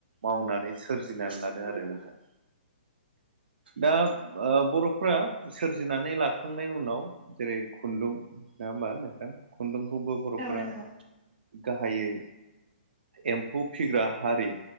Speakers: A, on the right (about 70°); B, on the right (about 50°).
A: मावनानै सोरजिनानै लादों आरो नोंथां
B: <inaudible>
A: दा बर'फोरा सोरजिनानै लाखांनायनि उनाव जेरै खुन्दुं नङा होमबा नोंथां खुन्दुंखौबो बर'फोरा
B: औ नंगौ
A: गाहायै एम्फौ फिसिग्रा हारि